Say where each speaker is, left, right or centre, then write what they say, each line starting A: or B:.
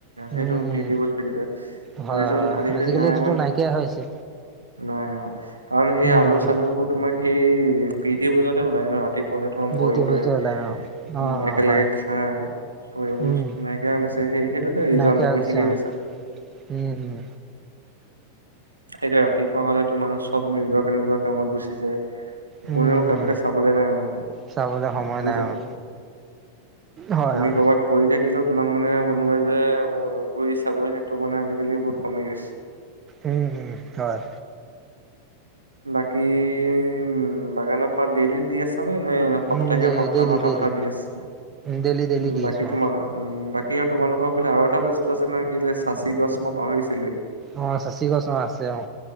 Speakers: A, on the right; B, on the right.
A: উম,
B: সেইটো
A: উম।
B: প্ৰীতি ভোজ বুলি কয়।
A: হয়, হয়,
B: আৰু সেইটো
A: আজিকালি
B: নাই
A: এইটোতো
B: মানে
A: নাইকিয়া হৈছে।
B: নাই অ', কাৰণ সেই
A: উম,
B: আলু-চালুবোৰ
A: উম।
B: তোমাৰ সেই প্ৰীতি ভোজতে ওলাই ন' ৰাতি পুৱাতে তোমাৰ
A: বিউটি-চিউটি
B: বইল কৰে
A: ওলাই অ, অ, অ,
B: একেলগে
A: হয়,
B: খাই। ত' এইবোৰ
A: উম,
B: নাইকিয়া হৈ গৈছে সেই-সেইটো এটা ৰিজন
A: নাইকিয়া হৈ
B: তুমি
A: গৈছে
B: ঠিকেই
A: অ,
B: কৈছা।
A: উম, হুম।
B: সেইটোয়ে ৰাতিপুৱা হ'লে তোমাৰ চব নিজকে নিজৰ কামত গুচি যায়। কোনেও
A: উম,
B: কাকুকে
A: উম,
B: চাবলৈ নাই মানে
A: চাবলৈ সময়
B: বুজিছা
A: অ,
B: নাই?
A: হয়,
B: তুমি
A: হয়।
B: কৰ'বাত পৰি থাকিলেও তোমাক মানে কোনোবাই যে ঘূৰি চাব সেইটো মানে আজিকালি বহুত কমি গৈছে।
A: উম, হুম, হয়।
B: বাকী উম বাগানৰ পাত ডেইলি দি আছ নে সপ্তাহে
A: উম, ডে
B: সপ্তাহত
A: ডেইলি,
B: সপ্তাহ
A: ডেইলি,
B: দি আছে।
A: ডেইলি, ডেইলি
B: উম
A: দি
B: বাকী
A: আছো অ।
B: তোমাৰ - উম, বাকী আৰু তোমালোকৰ ফালে আৰু এটা বস্তু আছে নহয়, কি বোলে চাঁচি গছ মই পাহৰিছিলোৱেই।
A: অ চাঁচী গছৰ অ আছে অ।